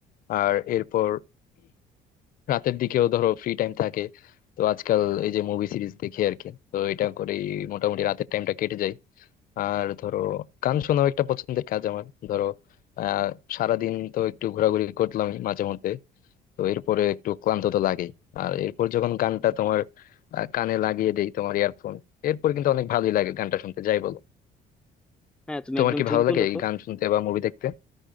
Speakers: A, on the left; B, in the centre.
A: আর এরপর রাতের দিকেও ধরো ফ্রি টাইম থাকে তো আজকাল এই যে মুভি সিরিজ দেখি আর কি তো এটা করেই মোটামুটি রাতের টাইমটা কেটে যায় আর ধরো গান শোনাও একটা পছন্দের কাজ আমার ধরো আহ সারাদিন তো একটু ঘোরাঘুরি করলামই মাঝে মধ্যে তো এরপরে একটু ক্লান্ত তো লাগেই আর এরপর যখন গানটা তোমার আহ, কানে লাগিয়ে দেই তোমার ইয়ারফোন এরপর কিন্তু অনেক ভালোই লাগে গানটা শুনতে যাই বলো
B: হ্যাঁ তুমি
A: তোমার
B: একদম
A: কি
B: ঠিক
A: ভালো লাগে
B: বলো
A: এই গান শুনতে বা মুভি দেখতে